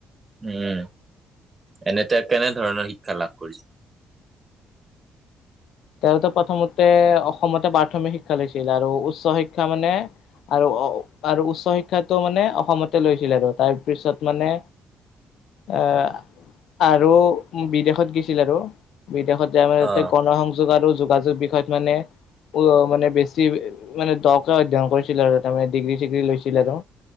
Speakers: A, on the right; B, on the left.
A: উম, এনে তেওঁ কেনেধৰণৰ শিক্ষা লাভ কৰিছে। <inaudible>
B: তেওঁতো প্ৰথমতে অসমতে প্ৰাথমিক শিক্ষা লৈছিল, আৰু উচ্চ শিক্ষা মানে আৰু। আৰু উচ্চ শিক্ষাটো মানে অসমতে লৈছিল আৰু তাৰপিছত মানে। আহ আৰু বিদেশত গৈছিল। আৰু বিদেশত যায় মানে তাতে
A: অ',
B: গণসংযোগ আৰু যোগাযোগ বিষয়ত মানে। উ মানে বেছি মানে দকে অধ্যয়ন কৰিছিল। আৰু তাৰমানে ডিগ্ৰী চিগ্ৰী লৈছিল আৰু।